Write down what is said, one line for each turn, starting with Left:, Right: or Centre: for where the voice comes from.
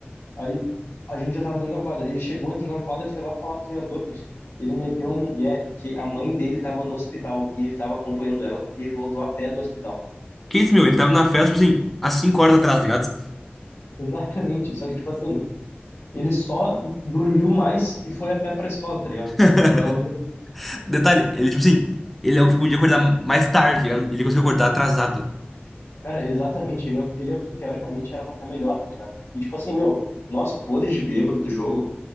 Left: Aí a gente já tava dentro da quadra. Ele chegou, entrou na quadra, foi lá falar pro treinador. Ele meteu um migué que a mãe dele tava no hospital e ele tava acompanhando ela. E ele voltou a pé do hospital.
Centre: Que isso, meu? Ele tava na festa, tipo assim, às 5 horas atrás, tá ligado?
Left: Exatamente. Só que, tipo assim, ele só dormiu mais e foi a pé pra escola, tá ligado?
Centre: <laughs>
Left: Pra onde
Centre: Detalhe, ele, tipo assim, ele é o que podia acordar mais tarde, tá ligado? Ele conseguiu acordar atrasado.
Left: Cara, exatamente. Ele é, o- ele é o que teoricamente era pra estar melhor, tá ligado? E tipo assim, meu, nós podres de bêbado do jogo,